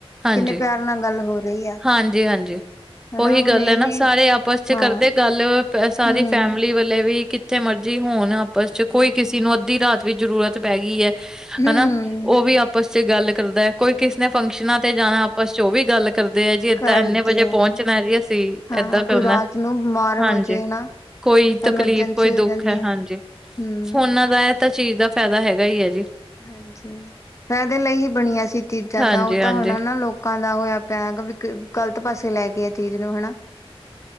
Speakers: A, in the centre; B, on the left.
A: ਹਾਂਜੀ-
B: ਕਿੰਨੇ ਪਿਆਰ ਨਾਲ ਗੱਲ ਹੋ ਰਹੀ ਆ
A: ਹਾਂਜੀ -ਹਾਂਜੀ
B: ਹਨਾ
A: ਉਹੀ
B: ਹੁਣ
A: ਗੱਲ
B: ਇਹੀ
A: ਹੈ ਨਾ ਸਾਰੇ ਆਪਸ 'ਚ
B: ਹਾਂ
A: ਕਰਦੇ ਗੱਲ ਸਾਰੀ
B: ਹਮ
A: ਫੈਮਿਲੀ ਵ ਲੇ ਵੀ ਕਿੱਥੇ ਮਰਜ਼ੀ ਹੋਣ, ਆਪਸ ਚ
B: ਹਾਂ
A: ਕੋਈ ਕਿਸੇ ਨੂੰ ਅੱਧੀ ਰਾਤ ਵੀ ਜਰੂਰਤ ਪੈ ਗਈ ਹੈ।
B: ਹਮ
A: ਹਨਾ
B: ਹਮ
A: ਉਹ ਵੀ ਆਪਸ ਚ ਗੱਲ ਕਰਦਾ ਹੈ, ਕੋਈ ਕਿਸੇ ਨੇ ਫੰਕਸ਼ਨਾਂ ਜਾਣਾ ਆਪਸ ਚ ਉਹ ਵੀ ਗੱਲ ਕਰਦੇ ਆ ਜੀ ਏਦਾਂ
B: ਕਰਦੇ
A: ਇੰਨੇ ਵਜੇ
B: ਆ
A: ਪਹੁੰਚਣਾ ਜੀ, ਅਸੀਂ
B: ਹਾਂ
A: ਏਦਾਂ ਕਰਨਾ
B: ਕੋਈ ਰਾਤ ਨੂੰ ਬਿਮਾਰ ਹੋ
A: ਹਾਂਜੀ।
B: ਜਾਏ ਨਾ
A: ਕੋਈ ਤਕਲੀਫ਼
B: ਐਮਰਜੈਂਸੀ
A: ਕੋਈ
B: ਹੋ ਜਾਂਦੀ
A: ਦੁੱਖ ਹੈ, ਹਾਂਜੀ
B: ਹਮ
A: ਫੋਨਾਂ ਦਾ ਤਾਂ ਚੀਜ਼ ਦਾ ਫਾਇਦਾ ਹੈਗਾ ਹੀ ਹੈ ਜੀ,
B: ਹਾਂਜੀ ਫੇਰ ਇਹਦੇ ਲਈ ਹੀ ਬਣੀਆਂ ਸੀ, ਚੀਜ਼ਾਂ
A: ਹਾਂਜੀ-ਹਾਂਜੀ,
B: ਤਾਂ ਉਹ ਤਾਂ ਹੁਣ ਨਾ ਲੋਕ ਲੋਕਾਂ ਦਾ ਹੋਇਆ ਪਿਆ ਹੈ, ਵੀ ਗ਼ਲਤ ਪਾਸੇ ਲੈ ਕੇ ਆ ਚੀਜ਼ ਨੂੰ ਹਨਾ।